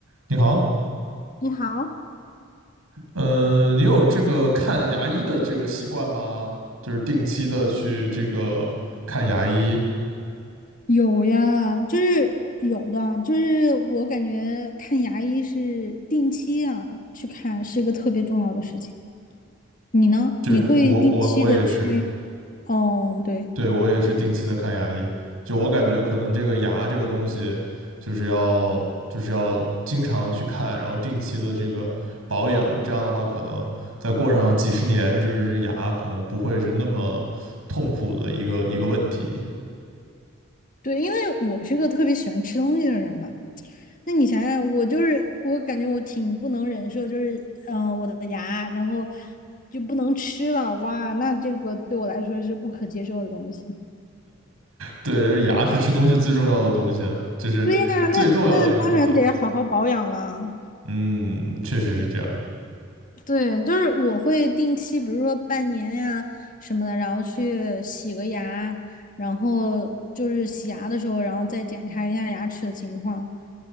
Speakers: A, on the right (about 85°); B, on the left (about 40°).
A: 你好，
B: 你好，
A: 嗯，你有这个看牙医的这个习惯吗？就是定期的去这个看牙医，
B: 有呀，就是有的，就是我感觉看牙医是定期啊去看，是一个特别重要的事情。你呢？
A: 就是我我我也是，
B: 你会定期的去？嗯，对
A: 对，我也是定期的看牙医。就我感觉可能这个牙这个东西，就是要就是要经常去看，然后定期的这个保养，这样的话可能再过上几十年，就是这牙可能不会是那么痛苦的一个一个问题。
B: 对，因为我是个特别喜欢吃东西的人嘛。那你想想，我就是我感觉我挺不能忍受，就是嗯、呃我的牙，然后就不能吃了，哇，那这个对我来说是不可接受的东西。
A: 对，牙是吃东西最重要的东西了，就是最重要的一个部分。
B: 对呀，那那当然得好好保养了。
A: 嗯，确实是这样。
B: 对，就是我会定期，比如说半年呀什么的，然后去洗个牙，然后就是洗牙的时候，然后再检查一下牙齿的情况，